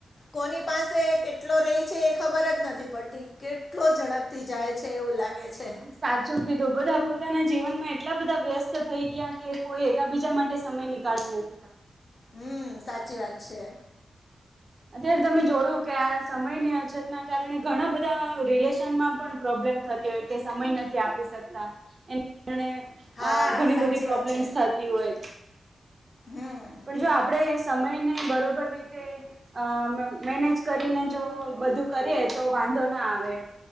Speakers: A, on the left; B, on the right.
A: કોની પાસે કેટલો રે છે એ ખબર જ નથી પડતી કેટલો ઝડપ થી જાય છે એવું લાગે છે.
B: સાચું કીધું બધા પોતાના જીવનમાં એટલા બધા વ્યસ્ત થઈ ગયા કે કોઈ એકાબીજા માટે સમયની કાઢવું.
A: હમ્મ, સાચી વાત છે.
B: અત્યારે તમે જોયું કે આ સમયની અછતના કારણે ઘણા બધા રિલેશનમાં પણ પ્રોબ્લેમ થતી હોય. કે સમય નથી આપી શકતા એના કારણે
A: હા
B: અ ઘણી
A: સાચી
B: બધી પ્રોબ્લેમ્સ
A: વાત છે
B: થાય. તી હોય.
A: હમ
B: પણ જો આપણેે સમયને બરોબર રીતે અ મેનેજ કરીને જો બધું કરીએ તો વાંધો ના આવે એમ.